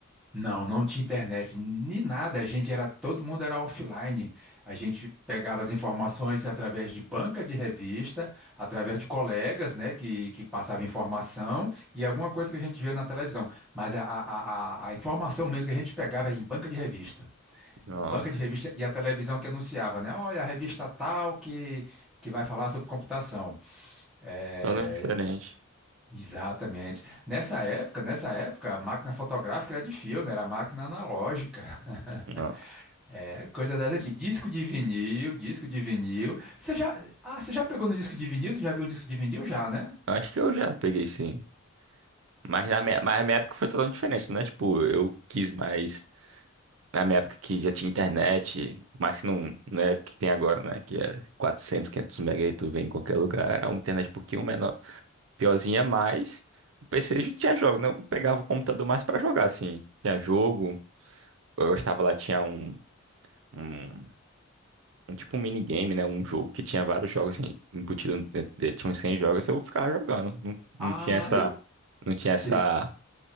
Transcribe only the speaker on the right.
Nossa,
totalmente diferente.
Não,
acho que eu já peguei sim. Mas na minha, mas na minha época foi totalmente diferente, né? Tipo, eu quis mais na minha época que já tinha internet, mas que não, não é o que tem agora, né? Que é quatrocentos quinhentos mega e tu vê em qualquer lugar, a uma internet um pouquinho menor. Piorzinha, mas o PC já tinha jogo, né? Eu pegava o computador mais pra jogar, assim. Tinha jogo, eu estava lá, tinha um, um, um tipo um minigame, né? Um jogo que tinha vários jogos assim, embutidos dentro dele, tinha uns 100 jogos, eu ficava jogando. Não, não
tinha essa,
não tinha
essa,